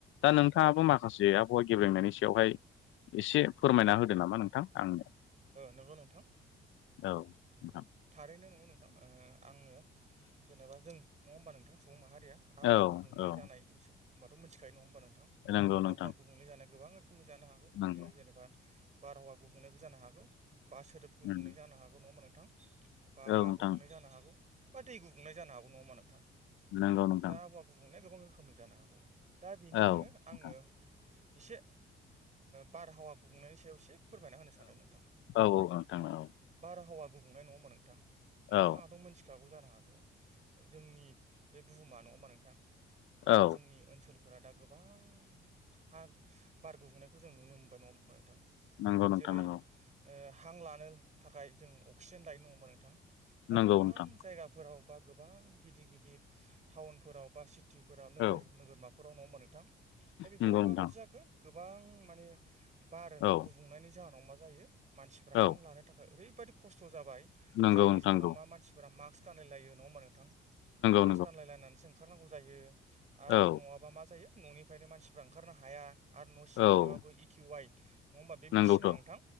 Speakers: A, on the left; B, on the right.
A: दा नोंथाङाबो
B: औ नंगौ
A: माखासे
B: नोंथां
A: आबहावा गेबेंनायनि सायाव बेवहाय एसे फोरमायना होदो नामा नोंथां आंनो।
B: नंगौ नोंथां
A: औ नोंथां
B: थारैनो नंगौ नोंथां आङो जेनेबा जों नंङा होमबा नोंथां सुबुं माहारिया आबहावआ
A: औ
B: गुबुंले
A: औ
B: जानाय <unintelligible> होमबाथ' मिथिखायो नङा होमबा नोंथां।
A: नंगौ नोंथां
B: आबहावा गुबुंले जानाया गोबां रोखोमनि जानो हागौ।
A: नंगौ
B: बियो जेनेबा बारहावा गुबुंनायबो जानो हागौ बा सोदोब गुबुंनाय
A: उम
B: जानो हागौ नङा मोनगोन बा हा
A: औ नोंथां
B: गुबुंनाय जानो हागौ बा दै गुबुंनाय जानो हागौ नङा होमबा नोंथां
A: नंगौ नोंथां
B: दा आबहावआ गुबुंल गोबां रोखोमनि जानो हागौ दा बेनिनो
A: औ
B: आङो
A: नोंथां
B: एसे बारहावा गुबुंनायनि सायाव एसे फोरमायना होनो सानदों नोंथां
A: औ औ औ नोथां औ
B: हावा गुबुंले नङा नोंथां नोंथाङहाथ'
A: औ
B: मोनथि खिथागौ जानो हागौ जोंनि बे बुहुमा नङाहोमबा नोंथां बा
A: औ
B: जोंनि ओनसोल फोरा दा गोबां हा बार गुबुुंनायखौ जों नुनो मोनबाय नंङा मा थां
A: नंगौ नोंथां
B: जेरै
A: नंगौ
B: हां लानो थाखाय जों अक्सिजेन दायनो नंङ हबा नोंथां दा
A: नंगौ
B: गोबां
A: नोंथां
B: जायगाफोराव बा गोबां गिदिर गिदिर टाउनफोराव बा सिटिफोराव नोगोर
A: औ
B: नोगोरमाफोराव नङा होमबा नोंथां। दा बेफोराव
A: नंगौ
B: माबादि
A: नोंथां
B: जाखो गोबां माने बार
A: औ
B: गुबुंनायनि जाहोनाव मा जायो मानसिफोरा हां
A: औ
B: लानो थाखाय ओरैबायदि खस्थ' जाबाय
A: नंगौ
B: जायनि
A: नोंथां
B: जाहोनाव
A: नंगौ
B: मा मानसिफोरा मास्क मास्क गानलायलायो नंङा होमबा नोंथां मास्क
A: नंगौ
B: गानलायलायनानैसो ओंखारनांगौ जायो आरो
A: औ
B: नङाबा मा जायो न'निफ्रायनो मानसिफ्रा ओंखारनो हाया आरो न' सिङाव
A: औ
B: थाबाबो इटिवाइ नंङा होमबा बे
A: नंगौथ'
B: मेसिना नोंथां